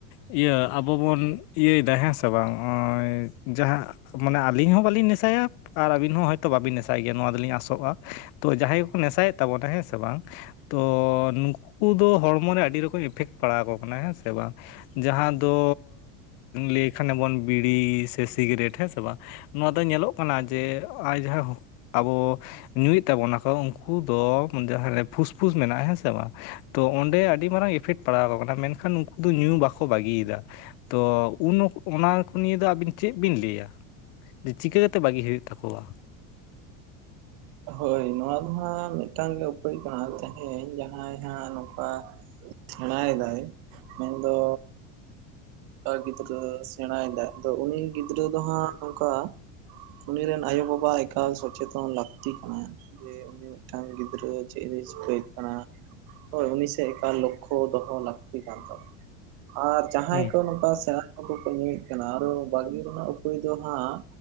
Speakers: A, on the left; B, on the right.
A: ᱤᱭᱟᱹ ᱟᱵᱚ ᱵᱚᱱ ᱤᱭᱟᱹᱭ ᱮᱫᱟ ᱦᱮᱸ ᱥᱮ ᱵᱟᱝ ᱱᱚᱜᱼᱚᱭ ᱡᱟᱦᱟᱸ ᱢᱟᱱᱮ ᱟᱹᱞᱤᱧ ᱦᱚᱸ ᱵᱟᱹᱞᱤᱧ ᱱᱮᱥᱟᱭᱟ ᱟᱨ ᱟᱹᱵᱤᱱ ᱦᱚᱸ ᱦᱚᱭᱛᱳ ᱵᱟᱹᱵᱤᱱ ᱱᱮᱥᱟᱭ ᱜᱮᱭᱟ ᱱᱚᱣᱟ ᱫᱚᱞᱤᱧ ᱟᱥᱚᱜ-ᱟ᱾ ᱛᱚ ᱡᱟᱦᱟᱸᱭ ᱠᱚᱠᱚ ᱱᱮᱥᱟᱭᱮᱫ ᱛᱟᱵᱚᱱᱟ ᱦᱮᱸ ᱥᱮ ᱵᱟᱝ ᱛᱚ ᱱᱩ ᱩᱱᱠᱩ ᱫᱚ ᱦᱚᱲᱢᱚᱨ ᱨᱮ ᱟᱹᱰᱤ ᱨᱚᱠᱚᱢ ᱤᱯᱷᱮᱠᱴ ᱯᱲᱟᱣ ᱟᱠᱚ ᱠᱟᱱᱟ ᱦᱮᱸ ᱥᱮ ᱵᱟᱝ ᱡᱟᱦᱟᱸ ᱫᱚ ᱞᱟᱹᱭᱠᱷᱟᱱ ᱵᱚᱱ ᱵᱤᱲᱤ ᱥᱮ ᱥᱤᱜᱨᱮᱴ ᱦᱮᱸ ᱥᱮ ᱵᱟᱝ ᱛᱚ ᱱᱚᱣᱟ ᱫᱚ ᱧᱮᱞᱚᱜ ᱠᱟᱱᱟ ᱡᱮ <unintelligible> ᱟᱵᱚ ᱧᱩᱭᱮᱫ ᱛᱟᱵᱚᱱᱟᱠᱚ ᱩᱱᱠᱩ ᱫᱚ ᱡᱟᱦᱟᱸᱨᱮ ᱯᱷᱩᱥᱯᱷᱩᱥ ᱢᱮᱱᱟᱜ-ᱟ ᱦᱮᱸ ᱥᱮ ᱵᱟᱝ? ᱛᱚ ᱚᱸᱰᱮ ᱟᱹᱰᱤ ᱢᱟᱨᱟᱝ ᱮᱯᱷᱮᱠᱴ ᱯᱟᱲᱟᱣ ᱟᱠᱚ ᱠᱟᱱᱟ, ᱢᱮᱱᱠᱷᱟᱱ ᱩᱱᱠᱩ ᱫᱚ ᱧᱩ ᱵᱟᱠᱚ ᱵᱟᱹᱜᱤᱭᱮᱫᱟ᱾ ᱛᱚ ᱩᱱ ᱚᱠ ᱚᱱᱟ ᱠᱩ ᱱᱤᱭᱟᱹ ᱫᱚ ᱟᱵᱤᱱ ᱪᱮᱫ ᱵᱤᱱ ᱞᱟᱹᱭᱟ‌ ᱡᱮ ᱪᱤᱠᱟᱹ ᱠᱟᱛᱮ ᱵᱟᱹᱜᱤ ᱦᱩᱭᱩᱜ ᱛᱟᱠᱚᱣᱟ?
B: ᱦᱳᱭ ᱱᱚᱣᱟ ᱢᱟ ᱢᱤᱫᱴᱟᱝ ᱜᱮ ᱩᱯᱟᱹᱭ ᱠᱟᱱᱟ ᱛᱮᱦᱮᱧ ᱡᱟᱦᱟᱸᱭ ᱦᱟᱸᱜ ᱱᱚᱝᱠᱟ ᱥᱮᱲᱟᱭ ᱮᱫᱟᱭ ᱢᱮᱱᱫᱚ <unintelligible> ᱜᱤᱫᱽᱨᱟᱹ ᱥᱮᱬᱟᱭ ᱮᱫᱟᱭ ᱟᱫᱚ ᱩᱱᱤ ᱜᱤᱫᱽᱨᱟᱹ ᱫᱚ ᱦᱟᱸᱜ ᱚᱱᱠᱟ ᱩᱱᱤ ᱨᱮᱱ ᱟᱭᱳ-ᱵᱟᱵᱟ ᱮᱠᱟᱞ ᱥᱚᱪᱮᱛᱚᱱ ᱞᱟᱹᱠᱛᱤ ᱠᱟᱱᱟᱮ ᱡᱮ ᱢᱤᱫᱴᱟᱝ ᱜᱤᱫᱽᱨᱟᱹ ᱪᱮᱫ ᱨᱮ ᱪᱤᱠᱟᱹᱭᱮᱫ ᱠᱟᱱᱟ᱾ ᱦᱳᱭ ᱩᱱᱤ ᱥᱮᱫ ᱮᱠᱟᱞ ᱞᱚᱠᱠᱷᱚ ᱫᱚᱦᱚ ᱞᱟᱹᱠᱛᱤ ᱠᱟᱱ ᱛᱟᱵᱚᱱᱟ ᱟᱨ ᱡᱟᱦᱟᱸᱭ
A: ᱦᱩᱸ
B: ᱠᱚ ᱱᱚᱝᱠᱟ ᱥᱮᱲᱟ ᱩᱱᱠᱩ ᱠᱚ ᱧᱩᱭᱮᱫ ᱠᱟᱱᱟ, ᱟᱨᱚ ᱵᱟᱹᱜᱤ ᱨᱮᱱᱟᱜ ᱩᱯᱟᱹᱭ ᱫᱚ ᱦᱟᱸᱜ